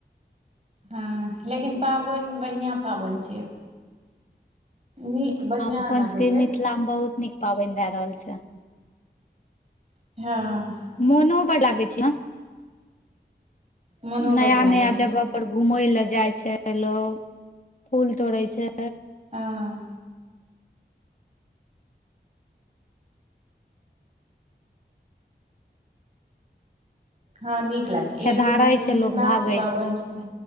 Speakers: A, on the right; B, on the left.
A: हँ लेकिन पाबैन बढ़िआँ पाबैन छियै नीक बढ़िया
B: अपन
A: लागे
B: सबके
A: छै
B: मिथिला में बहुत नीक पाबैन भए रहल छै
A: हँ
B: मोनो बड़ लागै छै
A: मोनो
B: नया
A: बड लागै
B: नया
A: छै
B: जगह पर घूमे ले जाय छै लोग फूल तोड़े छै
A: हँ हँ नीक लागै छै
B: खेदारै
A: ई मिथिलाके
B: छै लोक भागै
A: पाबैन छै